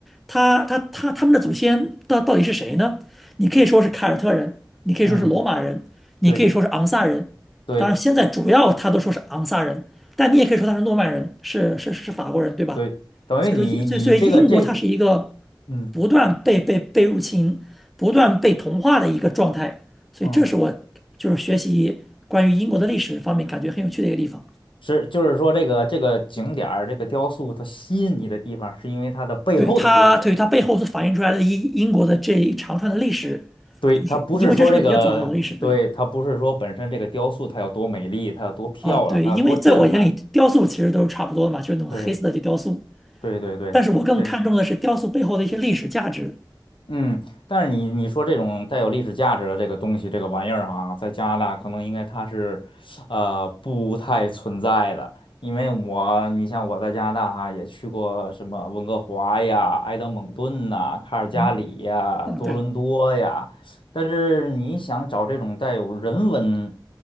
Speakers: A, in the centre; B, on the left.
A: 它它它他们的祖先到到底是谁呢？你可以说是凯尔特人，你可以说是罗马人，
B: 嗯，
A: 你可以说是昂萨人。
B: 对对
A: 当然，现在主要他都说是昂萨人，但你也可以说他是诺曼人，是是是法国人，对吧？
B: 对，等于你你这个这，
A: 所以说英，所以所以英国它是一个
B: 嗯。
A: 不断被被被入侵、不断被同化的一个状态。所以这是我就是学习关于英国的历史方面感觉很有趣的一个地方。
B: 嗯是，就是说这个这个景点儿，这个雕塑，它吸引你的地方是因为它的背后的故事。
A: 对它，对它背后所反映出来的英英国的这一长串的历史，
B: 对，
A: 就是因为这是个比较早的历史，
B: 它不是说这个，
A: 对
B: 对，它不是说本身这个雕塑它有多美丽，它有多漂亮，
A: 啊，对，
B: 它有多震撼。
A: 因为在我眼里，雕塑其实都是差不多的嘛，就是那种黑色的雕塑，
B: 对，对，对，对，
A: 但是我更看重的是雕塑背后的一些历史价值。
B: 对。嗯，但是你你说这种带有历史价值的这个东西，这个玩意儿哈，在加拿大可能应该它是，呃，不太存在的。因为我，你像我在加拿大哈，也去过什么温哥华呀、埃德蒙顿呐、卡尔加里呀、
A: 嗯，嗯对
B: 多伦多呀，但是你想找这种带有人文、